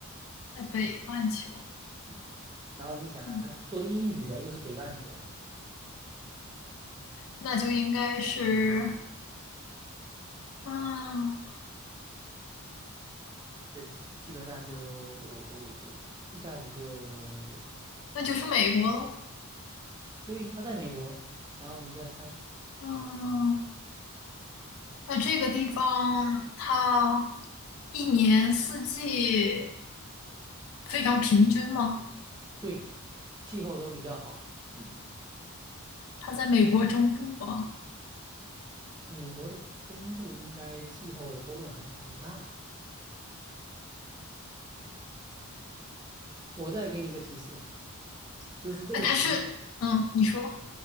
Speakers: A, on the left; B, on the right.
A: 在北半球，
B: 嗯，然后你想啊，
A: 嗯，
B: 他说英语的又是北半球，
A: 那就应该是，啊，
B: 这基基本上就我我我一下子就
A: 那就是美国喽，
B: 对，他在美国，然后你再猜，
A: 嗯。那这个地方它一年四季非常平均吗？
B: 对，气候都比较好，嗯，
A: 它在美国中部吗？
B: 美国的中部应该气候的波动还是比较大的。我再给你一个提示，就是这个城
A: 哎，它是，嗯，你说，